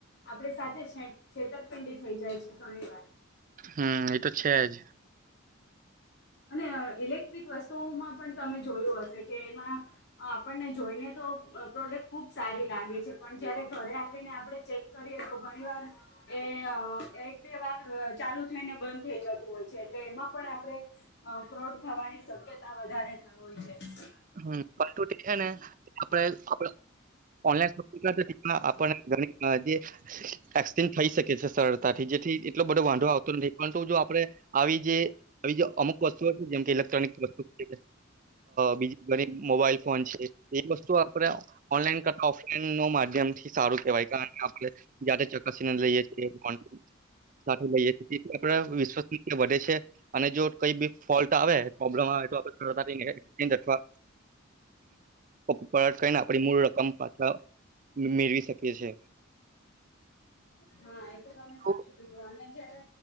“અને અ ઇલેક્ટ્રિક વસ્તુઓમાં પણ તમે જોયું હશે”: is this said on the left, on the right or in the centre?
Left